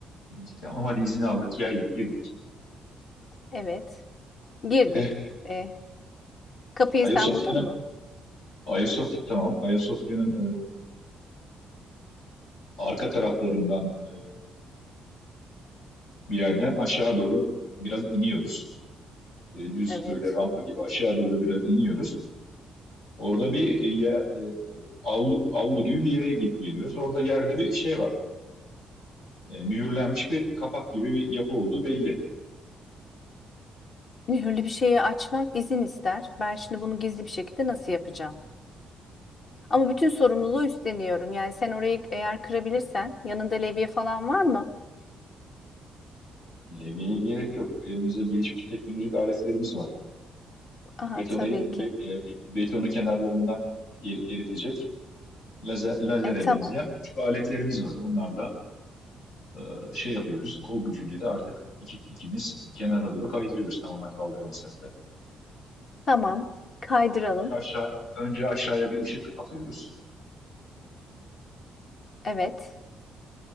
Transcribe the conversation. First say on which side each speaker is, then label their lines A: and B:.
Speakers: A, on the left; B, on the left.
A: Dedik, Tamam hadi izin aldık, geldik, girdik.
B: Evet. Girdik.
A: Eh,
B: E, kapıyı
A: Ayasofya'nın
B: sen buldun mu?
A: Ayasofya tamam. Ayasofya'nın arka taraflarından e, bir yerden aşağı doğru biraz iniyoruz. E, düz
B: Evet.
A: böyle rampa gibi aşağı doğru biraz iniyoruz. Orada bir e, ya- e, avlu, avlu gibi bir yere gidip geliyoruz. Orada yerde bir şey var. E, mühürlenmiş bir kapak gibi bir yapı olduğu belli.
B: Mühürlü bir şeyi açmak izin ister. Ben şimdi bunu gizli bir şekilde nasıl yapacağım? Ama bütün sorumluluğu üstleniyorum. Yani sen orayı eğer kırabilirsen yanında levye falan var mı?
A: Levyeye gerek yok. Elimizde gelişmiş teknolojik aletlerimiz var.
B: Aha
A: Betonu,
B: tabii ki.
A: be- e, betonu kenarlarından eri- eritecek lazer, lazere
B: E tamam.
A: benzeyen küçük aletlerimiz var. Onlarla e, şey yapıyoruz. Kol gücüyle de artık iki- ikimiz kenara doğru kaydırıyoruz tamamen kaldıramasak da.
B: Tamam. Kaydıralım.
A: Önce aşağı, önce aşağıya bir ışık atıyoruz.
B: Evet.